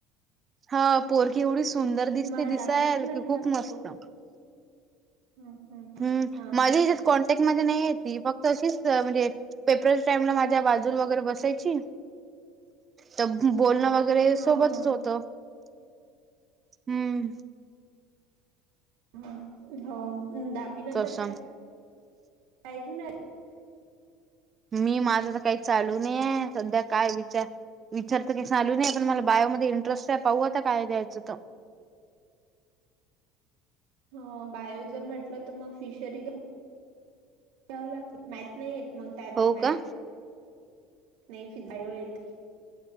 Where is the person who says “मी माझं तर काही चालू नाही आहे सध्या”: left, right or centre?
Right